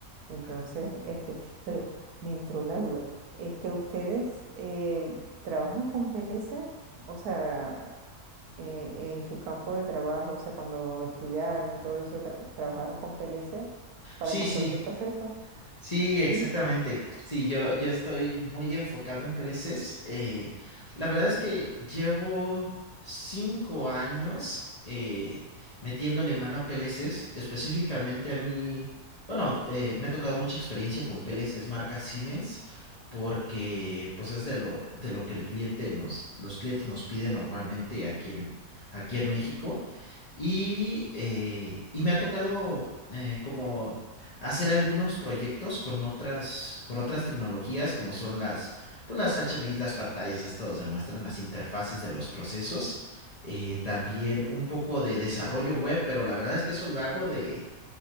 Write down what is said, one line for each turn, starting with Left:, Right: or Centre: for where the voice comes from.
Right: Entonces,
Left: Ah,
Right: este, pero me entró la duda. Este, ¿ustedes em, trabajan con PLC? O sea, eh, en su campo de trabajo, o sea, cuando estudiaron y todo eso, tra- trabajaron con PLC para
Left: Sí,
Right: control
Left: sí.
Right: de procesos.
Left: Sí,
Right: Sí,
Left: exactamente. Sí, yo, yo estoy muy enfocado en PLCs. Eh, la verdad es que llevo cinco años eh, metiéndole mano a PLCs, específicamente a mí. Bueno, eh, me ha tocado mucha experiencia con PLCs marca Siemens, porque pues es de lo, de lo que el cliente nos, los clientes nos piden normalmente aquí en, aquí en México. Y, eh, y me ha tocado eh, como hacer algunos proyectos con otras, con otras tecnologías, como son las, pues las HMI, las pantallas, estos demuestran las interfaces de los procesos. Eh, también un poco de desarrollo web, pero la verdad es que eso lo hago de,